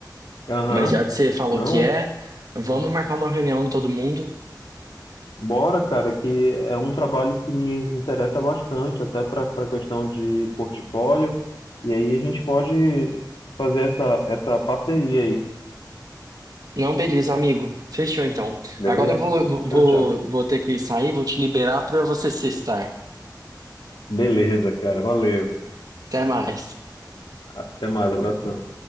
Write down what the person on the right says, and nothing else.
Mas já que você falou
que é, vamos marcar uma reunião todo mundo.
Não, beleza, amigo. Fechou então.
Agora eu vou,
vou,
vou ter que sair, vou te liberar pra você se estar.
Até mais.